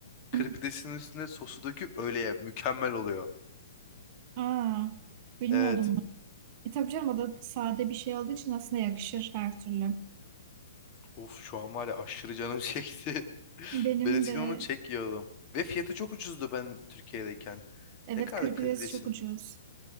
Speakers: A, on the left; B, on the right.
A: Kırpidesinin
B: <laughs>
A: üstüne sosu döküp öyle ye. Mükemmel oluyor.
B: Aa, bilmiyordum
A: Evet.
B: bunu. E tabii canım o da sade bir şey olduğu için aslında yakışır her türlü.
A: Of şu an var ya aşırı canım çekti. <laughs>
B: Benim
A: Ben eskiden
B: de
A: onu çek yiyordum. Ve fiyatı çok ucuzdu ben Türkiye'deyken.
B: evet
A: Ne kadar
B: kır pidesi
A: kriplisin?
B: çok ucuz.